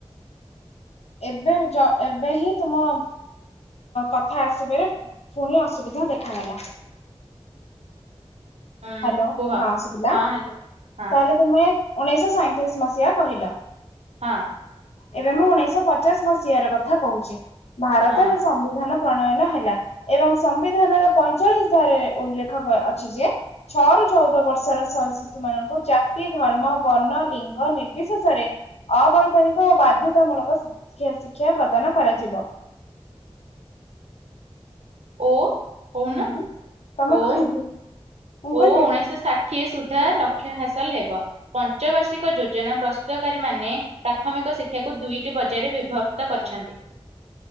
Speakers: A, on the left; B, on the right.
A: ଏବେ ଜ ଏବେ ହିଁ ତୁମ କଥା ଆସିବାରେ ପୁଣି ଅସୁବିଧା ବ ଦେଖାଗଲା।
B: ଉଁ
A: ହ୍ୟାଲୋ
B: କୁହ
A: ହଁ ସୁଭିଲା,
B: ହଁ ହ୍ୟାଲୋ ହଁ
A: ତାହଲେ ତୁମେ ଉଣେଇଶ ସଇଁତିରିଶ ମସିହା କହିଲ?
B: ହଁ।
A: ଏବେ ମୁଁ ଉଣେଇଶଶ ପଚାଶ ମସିହ ର କଥା କହୁଛି ଭାରତରେ
B: ହଁ
A: ସମ୍ବିଧାନ ପ୍ରଣୟନ ହେଲା ଏବଂ ସମ୍ବିଧାନର ପଇଁଚାଳିଶ ଧାର ଉଲ୍ଲେଖ ଅଛି ଯେ ଛଅ ରୁ ଚଉଦ ବର୍ଷର ଶିଶୁ ମାନଙ୍କୁ ଜାତି ଧର୍ମ ବର୍ଣ୍ଣ ଲିଙ୍ଗ ନିର୍ବିଶେଷରେ ଅବୈତନିକ ଓ ବାଧ୍ୟତାମୂଳକ ଶିକ୍ଷା ପ୍ରଦାନ କରାଯିବ
B: ଓ କହୁନ
A: ହୁଁ ତମେ
B: ଓ
A: କହିଦିଅ ମୁଁ
B: ଓ
A: କହିଦେବି
B: ଉଣେଇଶହ ଷାଠିଏ ଠ ସୁଧାର ଲକ୍ଷ୍ୟ ହାସଲ ହେବ ପଞ୍ଚ ବାର୍ଷିକ ଯୋଜନା ପ୍ରସ୍ତୁତକାରୀ ମାନେ ପ୍ରାଥମିକ ଶିକ୍ଷାକୁ ଦୁଇଟି ପର୍ଯ୍ୟାୟରେ ବିଭକ୍ତ କରିଛନ୍ତି।